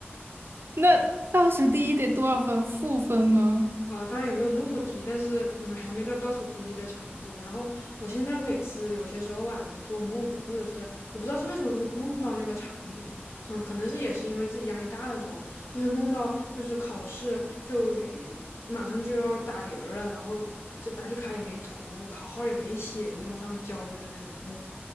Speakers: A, on the right (about 60°); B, on the left (about 80°).
A: 那倒数第一得多少分？负分吗？
B: 啊，当然也没有那么低，但是嗯，还没到倒数第一的程度。然后我现在每次有些时候晚上做梦，或者是我不知道是为什么会梦到那个场景，很可能是也是因为自己压力大的时候，就会梦到就是考试就呃马上就要打铃儿了，然后这答题卡也没涂，考号也没写，就那种非常焦虑的那种梦